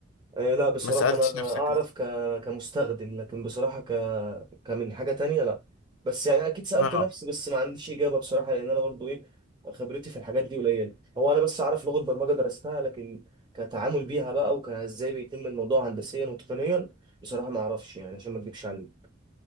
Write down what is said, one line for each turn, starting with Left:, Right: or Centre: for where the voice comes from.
Right: آه، لا بصراحة
Left: ما سألتش
Right: أنا
Left: نفسك
Right: أعرف
Left: إزاي؟
Right: ك... كمستخدم لكن بصراحة ك... كمن حاجة تانية لا بس يعني أكيد سألت
Left: اه
Right: نفسي بس ما عنديش إجابة بصراحة لأن أنا برضو إيه خبرتي في الحاجات دي قليلة هو أنا بس أعرف لغة برمجة درستها لكن كتعامل بيها بقى وكإزاي بيتم الموضوع هندسيا وتقنيا بصراحة ما أعرفش يعني عشان ما أكدبش عليك